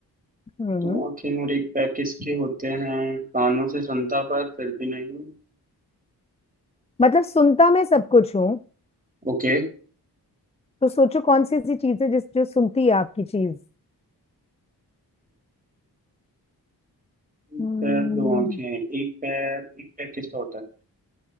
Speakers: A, on the left; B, on the right.
A: हम्म
B: दो आंखें और एक पैर किसके होते हैं कानों से सुनता पर फिर भी नहीं
A: मतलब सुनता मैं सब कुछ हूँ
B: ओके
A: तो सोचो कौन सी ऐसी चीज है जिस जो सुनती है आपकी चीज
B: एक
A: हम्म,
B: पैर दो आंखें एक पैर एक पैर किसका होता है